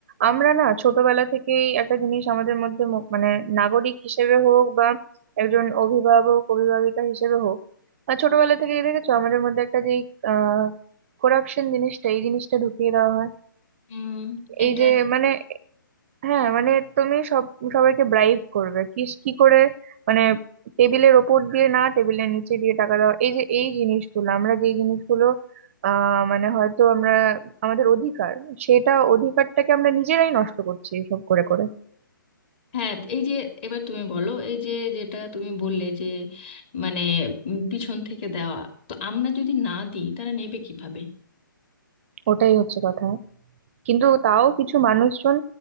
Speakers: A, on the right; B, on the left.
A: আমরা না ছোটবেলা থেকেই একটা জিনিস আমাদের মধ্যে ম- মানে নাগরিক হিসেবে হোক বা একজন অভিভাবক অভিভাবিকা হিসেবে হোক আর ছোটবেলা থেকেই দেখেছো আমাদের মধ্যে একটা যেই আহ করাপশন জিনিসটা এই জিনিসটা ঢুকিয়ে দেওয়া হয়
B: উম, এটা
A: এই যে মানে হ্যাঁ মানে তুমি সব সবাইকে ব্রাইব করবে কি কি করে মানে টেবিলের ওপর দিয়ে না টেবিলের নিচে দিয়ে টাকা দেওয়া এই যে এই জিনিসগুলো আমরা যে জিনিসগুলো আহ মানে হয়তো আমরা আমাদের অধিকার সেটা অধিকারটাকে আমরা নিজেরাই নষ্ট করছি এসব করে করে
B: হ্যাঁ এই যে এবার তুমি বলো এই যে যেটা তুমি বললে যে মানে উম, পিছন থেকে দেওয়া তো আমরা যদি না দিই তারা নেবে কিভাবে
A: ওটাই হচ্ছে কথা কিন্তু তাও কিছু মানুষজন